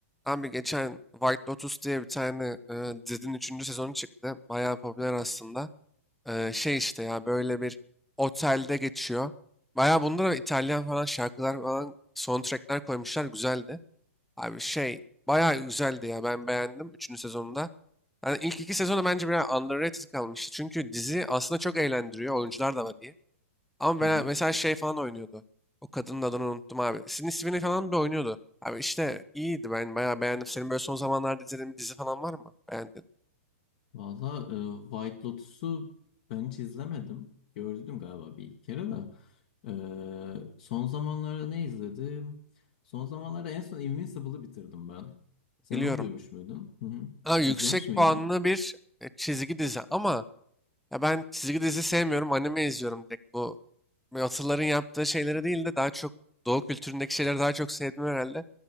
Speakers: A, in the centre; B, on the left.
A: Abi geçen White Lotus diye bir tane e, dizinin 3. sezonu çıktı. Bayağı popüler aslında. E, şey işte ya böyle bir otelde geçiyor. Bayağı bunda da İtalyan falan şarkılar falan soundtrackler koymuşlar. Güzeldi. Abi şey bayağı güzeldi ya ben beğendim üçüncü sezonunda. Yani ilk iki sezonu bence biraz underrated kalmıştı. Çünkü dizi aslında çok eğlendiriyor. Oyuncular da var iyi. Ama ben
B: Hı hı.
A: mesela şey falan oynuyordu. O kadının adını unuttum abi. Sydney Sweeney falan bile oynuyordu. Abi işte iyiydi ben bayağı beğendim. Senin böyle son zamanlarda izlediğin bir dizi falan var mı? Beğendin.
B: Valla e, White Lotus'u ben hiç izlemedim. Gördüm galiba bir iki kere de. E, son zamanlarda ne izledim? Son zamanlarda en son Invincible'ı bitirdim ben. Sen
A: Biliyorum.
B: onu duymuş muydun? Hı hı.
A: Abi yüksek
B: İzlemiş miydin?
A: puanlı bir e, çizgi dizi ama ya ben çizgi dizi sevmiyorum. Anime izliyorum direkt bu. Yatırların yaptığı şeyleri değil de daha çok Doğu kültüründeki şeyleri daha çok sevdim herhalde.